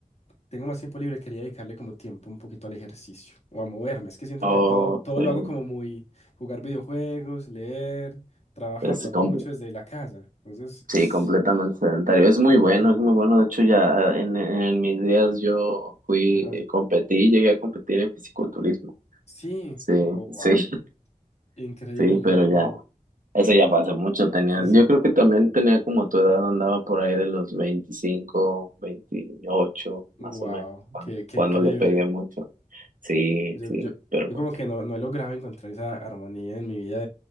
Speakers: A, on the left; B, on the right.
A: tengo más tiempo libre, quería dedicarle como tiempo un poquito al ejercicio o a moverme. Es que siento
B: Oh,
A: que todo, todo
B: sí,
A: lo hago como muy jugar videojuegos, leer, trabajar,
B: es
A: lo hago
B: comple-
A: mucho desde la casa. Entonces,
B: sí, completamente
A: <sniffs>
B: sedentario. Es muy bueno,
A: ajá,
B: es muy bueno. De hecho, ya en, en mis días yo fui,
A: ajá.
B: eh, competí, llegué a competir en fisiculturismo.
A: Sí,
B: Sí,
A: wow.
B: sí, <laughs>
A: Increíble,
B: sí, pero
A: increíble.
B: ya, eso ya fue hace mucho. Tenía,
A: Sí.
B: yo creo que también tenía como tu edad, andaba por ahí de los 25, 28,
A: Wow,
B: más o menos, cuando,
A: qué, qué
B: cuando
A: increíble.
B: le pegué mucho. Sí,
A: Yo,
B: sí,
A: yo,
B: pero
A: yo
B: pues,
A: como que no, no he logrado encontrar esa armonía en mi vida